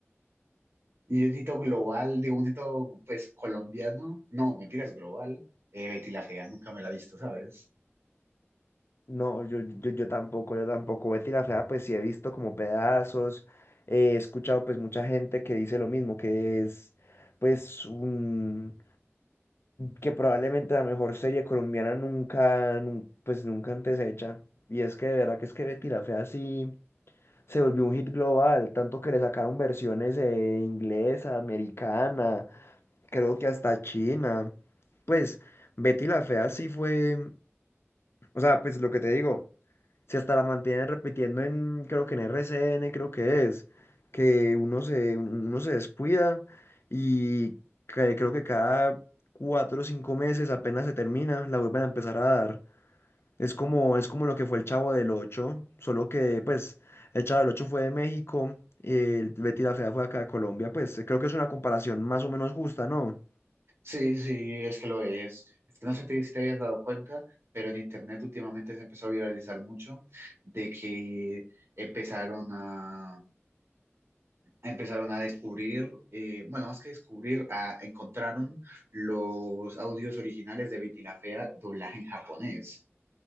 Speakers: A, on the right; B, on the left.
A: Y un hito global, digo, un hito pues colombiano, no, mentira, es global. Eh, Betty la Fea nunca me la he visto, ¿sabes?
B: No, yo, yo, yo tampoco, yo tampoco. Betty la Fea, pues sí he visto como pedazos, he escuchado pues mucha gente que dice lo mismo, que es pues un, que probablemente la mejor serie colombiana nunca, nun- pues nunca antes hecha. Y es que de verdad que es que Betty la Fea sí se volvió un hit global, tanto que le sacaron versiones eh, inglesa, americana. creo que hasta China. Pues Betty la Fea sí fue, o sea, pues lo que te digo, si hasta la mantienen repitiendo en, creo que en RCN, creo que es, que uno se, uno se descuida y que- creo que cada cuatro o cinco meses apenas se termina, la vuelven a empezar a dar. Es como, es como lo que fue el Chavo del Ocho, solo que pues el Chavo del Ocho fue de México y el Betty la Fea fue acá de Colombia, pues creo que es una comparación más o menos justa, ¿no?
A: Sí, sí, es que lo es. Es que no sé te- si te hayas dado cuenta, pero en internet últimamente se empezó a viralizar mucho de que empezaron a, empezaron a descubrir, eh, bueno, más que descubrir, a, encontraron los audios originales de Betty la Fea doblaje en japonés,